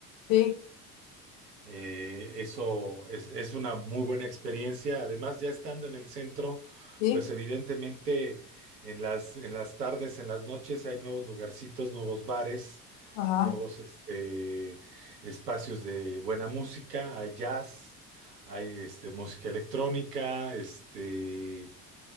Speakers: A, on the left; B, on the right.
A: Sí,
B: eh, eso es, es una muy buena experiencia. Además, ya estando en el centro,
A: sí,
B: pues evidentemente en las, en las tardes, en las noches hay nuevos lugarcitos, nuevos bares,
A: ajá.
B: nuevos este, espacios de buena música, hay jazz, hay este, música electrónica, este,